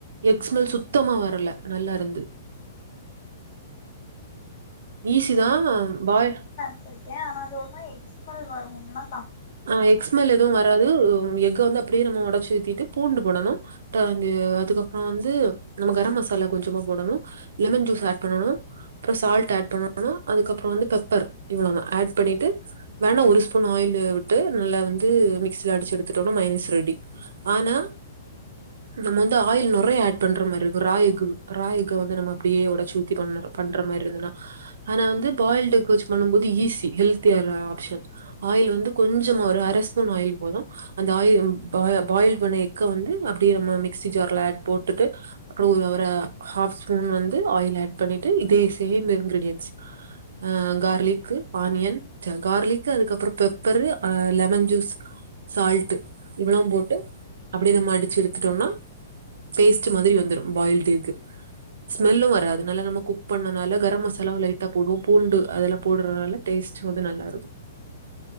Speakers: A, on the right (about 70°); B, on the left (about 50°).
A: எக் ஸ்மெல் சுத்தமா வரல நல்லாருந்து ஈசிதா பாய்ல்
B: ச்சிருக்கே ஆனா அது ஒரு மா எக்ஸ்மெல் வருன்லா
A: ஆ எக்ஸ்மெல் எதுவு வராது உ உ எ க்கு வந்து அப்டியே நம்ம ஒடச்சி ஊத்திட்டு பூண்டு போடணு ட்டு அந்தி அ அதுக்கப்புறோ வந்து நம்ம கரம் மசாலா கொஞ்சமா போடணு லெமன் ஜூஸ் ஏட் பண்ணணு ப்புற சால்ட் ஏட் பண்ணணு அதுக்கப்புறோ வந்து பெப்பரு இவ்ளோதா ஏட் பண்ணிட்டு வேணா ஒரு ஸ்பூன் ஆயிலு வி ட்டு நல்லா வந்து மிக்ஸில அடுச்சு எடுத்துடோனா மையோனிஸ் ரெடி ஆனா நம்ம வந்து ஆயில் நொறையா ஏட் பண்ற மாரிருக்கு ரா எஃகு ரா எஃகு வந்து நம்ம அப்டியே ஒடச்சு உத்தி பண்ணுறோ பண்ற மாரிருந்தனா ஆனா வந்து பாயில்ட் எஃகு வெச்சு பண்ணும் போது ஈஸி ஹெல்த்தி யாற ஆப்ஷன் ஆய்ல் வந்து கொஞ்சமா ஒரு அர ஸ்பூன் ஆயில் போது அந்த ஆயி ப பாயில் பண்ண எக்க வந்து அப்டியே நம்ம மிக்சி ஜார்ல ஏட் போட்டுட்டு <unintelligible> ஹாஃப் ஸ்பூன் வந்து ஆயில் ஏட் பண்ணிட்டு இதே சேம் இன்கிரீடியன்ஸ் அ கார்லிக்கு ஆனியன் ச்ச கார்லிக்கு அதுக்கப்புற பெப் ப்பரு அ லெமன் ஜூஸ் சால்ட் இவளோம் போட்டு அப்டியே அத மடிச்சு எடுத்துட்டோன்னா பேஸ்ட் மாதிரி வந்துரும் பாயில்டு எஃகு ஸ்மெல்லு வராது நல்ல நம்ம கு பண்ணணால கரம் மசாலாவு லைட் த போடுவோ பூண்டு அதெல்லா போட்றனால டேஸ்ட்டு வந்து நல்லாருக்கு